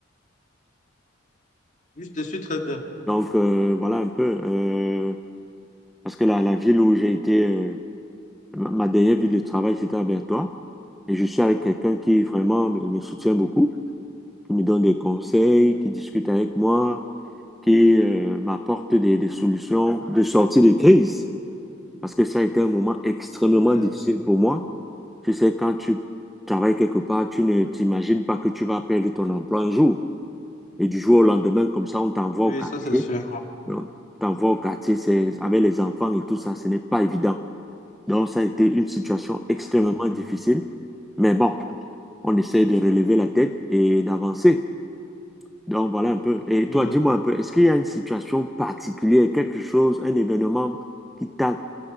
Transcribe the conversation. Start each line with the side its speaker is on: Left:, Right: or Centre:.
Left: Oui, je te suis très bien.
Centre: Donc, euh, voilà un peu. euh, parce que la, la ville où j'ai été, euh, ma ma dernière ville de travail, c'était à Bertois. Et je suis avec quelqu'un qui vraiment me me soutient beaucoup, qui me donne des conseils, qui discute avec moi. qui euh, m'apporte des, des solutions de sortie de crise. Parce que ça a été un moment extrêmement
Left: Euh,
Centre: difficile pour moi. Tu sais, quand tu travailles quelque part, tu ne t'imagines pas que tu vas perdre ton emploi un jour. Et du jour au lendemain, comme ça, on t'envoie
Left: Oui,
Centre: au quartier.
Left: ça c'est sûr.
Centre: on t'envoie au quartier, c'est avec les enfants et tout ça, ce n'est pas évident. Donc, ça a été une situation extrêmement
Left: Mm.
Centre: difficile. Mais bon, on essaie de relever la tête et d'avancer. Donc voilà un peu. Et
Left: Mhm.
Centre: toi, dis-moi un peu, est-ce qu'il y a une situation particulière, quelque chose, un événement qui t'a